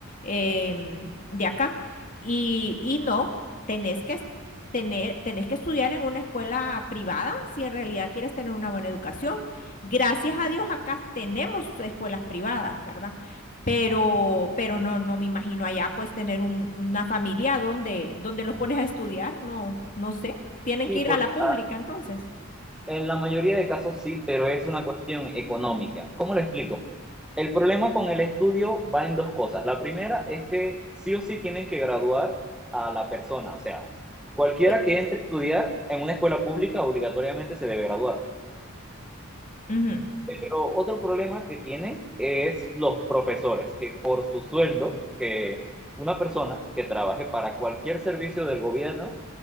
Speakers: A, on the left; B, in the centre.
A: em, de acá. Y, y no, tenés que, es- tener, tenés que estudiar en una escuela privada si en realidad quieres tener una buena educación. Gracias a Dios acá tenemos escuelas privadas, ¿verdad? pero, pero no, no me imagino allá pues tener un- una familia donde, donde los pones a estudiar, no, no sé. Tienen
B: Sí,
A: que ir
B: porque
A: a la pública
B: ah,
A: entonces.
B: en la mayoría de casos sí, pero es una cuestión económica. ¿Cómo lo explico? El problema con el estudio va en dos cosas. La primera es que sí o sí tienen que graduar a la persona, o sea, cualquiera
A: Sí.
B: que entre a estudiar en una escuela pública obligatoriamente se debe graduar.
A: Ujú.
B: Pero otro problema que tiene es los profesores, que por su sueldo, que una persona que trabaje para cualquier servicio del gobierno